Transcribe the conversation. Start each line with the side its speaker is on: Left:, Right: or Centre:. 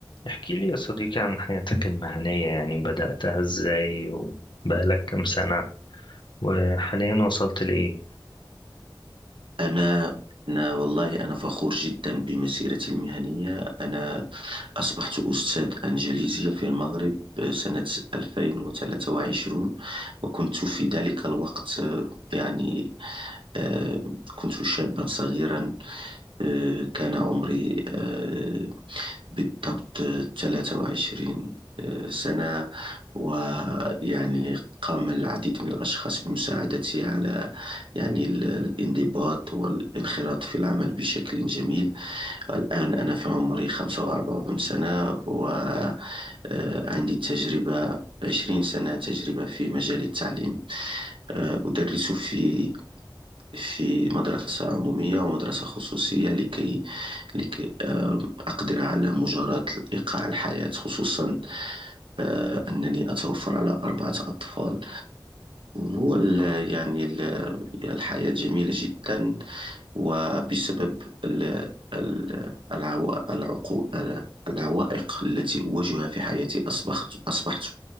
Left: احكي لي يا صديقي عن حياتك المهنية يعني بدأتها ازاي وبقالك كم سنة وحاليا وصلت لإيه؟
Right: أنا أنا والله أنا فخور جدا بمسيرتي المهنية أنا أصبحت أستاذ إنجليزية في المغرب سنة 2023 وكنت في ذلك الوقت آه، يعني آه، كنت شابا صغيرا آه، كان عمري آه، بالضبط 23 سنة ويعني قام العديد من الأشخاص بمساعدتي على يعني ال- الانضباط والانخراط في العمل بشكل جميل الآن أنا في عمري 45 سنة وعندي تجربة 20 سنة تجربة في مجال التعليم آه، أدرس في في مدرسة عمومية ومدرسة خصوصية لكي لكي آه، أقدر على مجاراة إيقاع الحياة خصوصا آه، أنني أتوفر على أربعة أطفال هو ال- يعني ال- الحياة جميلة جدا وبسبب ال- ال- العو- العقو- ال- العوائق التي أواجهها في حياتي أصبحت أصبحت